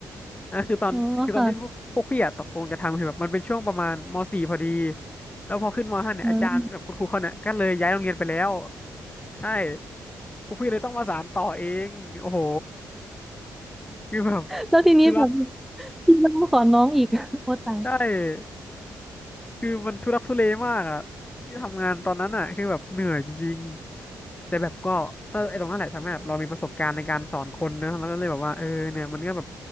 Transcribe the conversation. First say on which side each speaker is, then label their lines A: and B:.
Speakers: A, on the left (about 20°); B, in the centre.
A: นั่นคือตอนคือตอนที่พวกพวกพี่อะตกลงจะทำคือแบบมันเป็นช่วงประมาณม
B: อ๋อค่ะ
A: .4 พอดีแล้วพอขึ้นม .5 เนี่ยอาจารย์แบบคุณครูเขาเนี่ยก็เลยย้ายโรงเรียนไปแล้ว
B: อ่า
A: ใช่พวกพี่เลยต้องมาสานต่อเองโอ้โหคือแบบ
B: แล้วทีนี้แบบ
A: ทุลัก
B: พี่ต้องสอนน้องอีก <laughs> โอ้ตาย
A: ใช่ คือมันทุลักทุเลมากอ่ะที่ทำงานตอนนั้นอ่ะคือแบบเหนื่อยจริงๆแต่แบบก็ถ้าไอ้ตรงนั้นแหละทำให้แบบเรามีประสบการณ์ในการสอนคนเนอะแล้วก็เลยแบบว่าเออเนี่ยมันก็แบบ